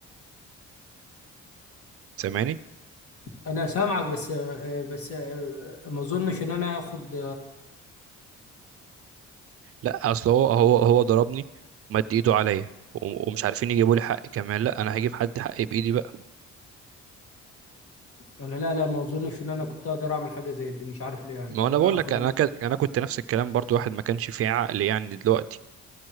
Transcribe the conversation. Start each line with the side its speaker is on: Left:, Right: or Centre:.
Right: سامعني
Left: انا سامعك بس بس ما اظنش ان انا اخد
Right: لا اصل هو هو هو ضربني ومد ايده عليا و- ومش عارفين يجيبوا لي حقي كمان لا انا هجيب حد حقي بايدي بقى
Left: انا لا لا ما اظنش ان انا كنت اقدر اعمل حاجه زي دي مش عارف ليه يعني
Right: ما
Left: ان
Right: انا
Left: انا
Right: بقول
Left: اخد
Right: لك انا كان انا كنت نفس الكلام برضو واحد ما كانش فيه عقل يعني دلوقتي